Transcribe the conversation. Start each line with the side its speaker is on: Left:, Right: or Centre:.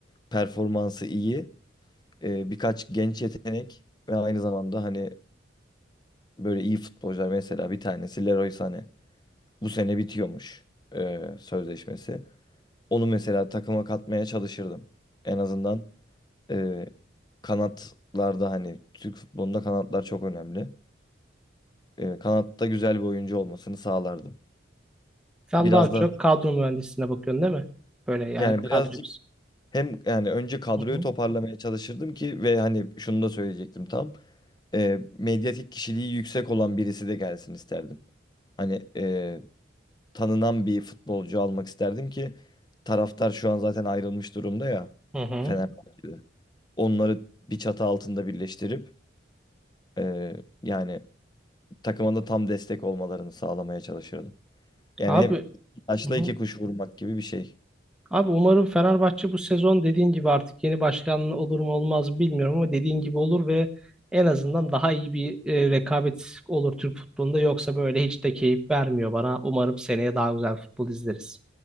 Left: performansı iyi, e, birkaç genç yetenek ve aynı zamanda hani böyle iyi futbolcular mesela bir tanesi Leroy Sané. Bu sene bitiyormuş e, sözleşmesi. Onu mesela takıma katmaya çalışırdım. En azından e, kanatlarda hani Türk futbolunda kanatlar çok önemli. e, kanatta güzel bir oyuncu olmasını sağlardım.
Centre: Sen
Left: Biraz
Centre: daha
Left: da
Centre: çok kadro mühendisliğine bakıyorsun değil mi? Böyle yani
Left: yani
Centre: kadro
Left: birazcık hem yani önce kadroyu
Centre: Hı hı.
Left: toparlamaya çalışırdım ki ve hani şunu da söyleyecektim tam. E, medyatik kişiliği yüksek olan birisi de gelsin isterdim. Hani e, tanınan bir futbolcu almak isterdim ki taraftar şu an zaten ayrılmış durumda ya
Centre: Hı hı.
Left: Fenerbahçe'de. Onları bir çatı altında birleştirip e, yani takıma da tam destek olmalarını sağlamaya çalışırdım. Yani
Centre: Abi
Left: hem iki taşla
Centre: Yani hı
Left: iki
Centre: hı.
Left: kuş vurmak gibi bir şey. Tabii
Centre: Abi umarım Fenerbahçe bu sezon dediğin gibi artık yeni başkan olur mu olmaz mı bilmiyorum ama dediğin gibi olur ve en azından daha iyi bir e, rekabet olur Türk futbolunda. Yoksa böyle hiç de keyif vermiyor bana. Umarım seneye daha güzel futbol izleriz.